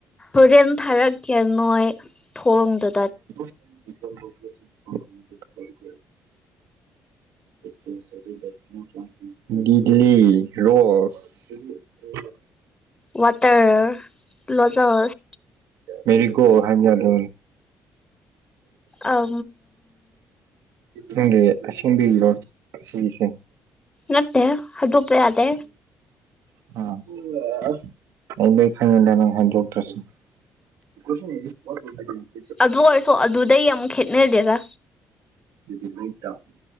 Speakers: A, on the left; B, on the right.
A: ꯍꯣꯔꯦꯟ ꯊꯥꯔꯛꯀꯦ ꯅꯣꯏ ꯊꯣꯡꯗꯥ
B: INAUDIBLE UNINTELLIGIBLE <inaudible>
A: ꯋꯥꯇꯔ ꯂꫭꯂ꯫ꯁ
B: ꯃꯦꯔꯤꯒꯣ ꯍꯥꯏ ꯌꯥꯗ꯫
A: ꯑ
B: ꯅꯪꯒꯤ ꯑꯁꯦꯡꯕꯤꯔꯣ ꯑꯁꯤꯒꯤꯁꯦ꯫ <inaudible>
A: ꯅꯠꯇꯦ ꯍꯥꯏꯗꯣꯛꯄ ꯌꯥꯗꯦ
B: <unintelligible> ꯑꯩ ꯂꫭꯏ ꯈꯪꯏꯗ ꯅꯪ ꯍꯥꯏꯣꯛꯇ꯭ꯔꯁ <inaudible>
A: ꯑꯗꯨ ꯑꯣꯏꯔꯁꯨ ꯑꯗꯨꯗꯩ ꯑꯃꯨꯛ ꯈꯦꯠꯅꯗꯦꯗ꯫
B: <inaudible>